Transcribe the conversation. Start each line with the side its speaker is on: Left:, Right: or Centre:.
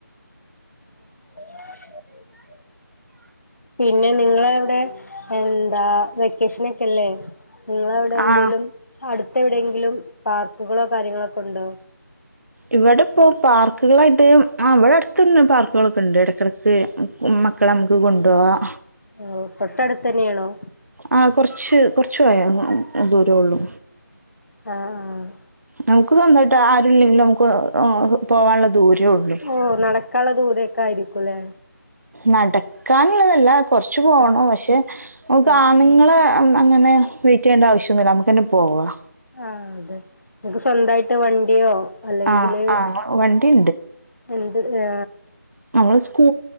Left: <inaudible> പിന്നെ നിങ്ങള അവിടെ എന്താ വെക്കേഷൻ ഒക്കെല്ലേ നിങ്ങളവിടെ എന്തേലും
Right: ആ
Left: അടുത്തെ എവിടെ എങ്കിലും പാർക്കുകളോ കാര്യങ്ങളൊക്കെ ഉണ്ടോ
Right: ഇവിടെപ്പോ പാർക്കുകളായിട്ട് ആ ഇവിടെ അടുത്തന്ന പാർക്കുകളൊക്കെ ഉണ്ട് ഇടക്കിടക്ക് മക്കളെ നമുക്ക് കൊണ്ടുപോകാം
Left: ഓ തൊട്ടടുത്ത് തന്നെയാണോ
Right: ആ കുറച്ച് കുറച്ച് ദൂരേള്ളു
Left: ആഹ് ആഹ്
Right: നമുക്ക് സ്വന്തമായിട്ട് ആരുല്ലെങ്കിലും നമുക്ക് പോവള്ള ദൂരേ ഉള്ളു
Left: ഓ നടക്കള്ള ദൂരൊക്കെ ആയിരിക്കുംല്ലേ
Right: നടക്കാനുള്ളതല്ല കൊറച്ചു പോണം
Left: ആഹ്
Right: പക്ഷെ
Left: ആഹ്
Right: ആണ്ങ്ങള അന്ന് അങ്ങനെ വെയിറ്റ് ചെയ്യേണ്ട ആവശ്യന്നുല്ല നമക്കന്നെ പോവ
Left: ആ അതെ നിക്ക് സ്വന്തയിട്ട് വണ്ടിയോ അല്ലെങ്കില്
Right: ആ ആ വണ്ടി
Left: എന്ത് ഏ
Right: നമ്മള് സ്കൂ